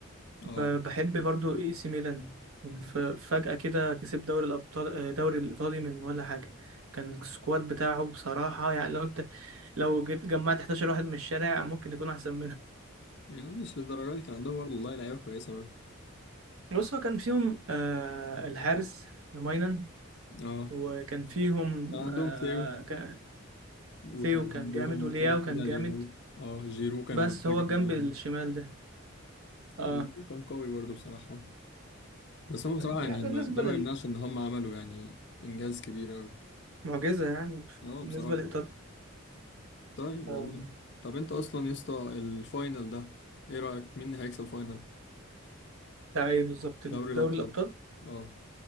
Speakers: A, on the right (about 80°); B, on the left (about 55°).
A: ب...
B: اه
A: بحب برضو اي سي ميلان ف- فجأة كده كسب دوري الأبطال آه، دوري الإيطالي من ولا حاجة كان السكواد بتاعه بصراحة يعني لو انت لو جيت جمعت 11 واحد من الشارع ممكن يكون أحسن
B: يعني مش للدرجه دي كان عندهم برضه والله لعيبه كويسه برضه
A: بص هو كان فيهم آه الحارس ماينن
B: اه
A: وكان فيهم
B: كان عندهم
A: آه
B: تيو
A: ك...
B: وكان
A: ثيو كان
B: عندهم
A: جامد ولياو
B: كده
A: كان
B: كده
A: جامد
B: لياو اه جيرو كان
A: بس
B: منفجر
A: هو الجنب
B: معاهم
A: الشمال ده اه
B: جيرو كان قوي برضه بصراحه بس هم بصراحه
A: يعني
B: يعني
A: بالنسبة
B: ما- ده ما يمنعش ان هم عملوا يعني انجاز كبير قوي
A: للمعجزة يعني
B: اه
A: بالنسبة
B: بصراحه
A: لإيطاليا
B: طيب
A: آم،
B: والله طب انت اصلا يا اسطى الفاينل ده ايه رايك مين اللي هيكسب فاينل
A: ده ايه بالظبط دوري
B: دوري الابطال
A: الأبطال
B: اه